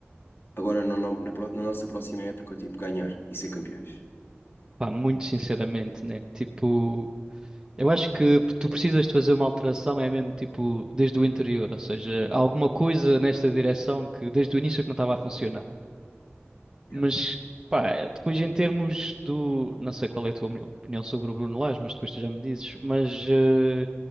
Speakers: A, on the left; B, on the right.
A: agora na, no- na, pro- na nossa próxima época, tipo, ganhar e ser campeões?
B: Pá, muito sinceramente, né? Tipo, eu acho que tu precisas de fazer uma alteração, é mesmo tipo desde o interior, ou seja, há alguma coisa nesta direção que desde o início que não estava a funcionar.
A: Yeah.
B: Mas, pá, depois em termos do. Não sei qual é a tua opinião sobre o Bruno Lage, mas depois tu já me dizes. Mas eh,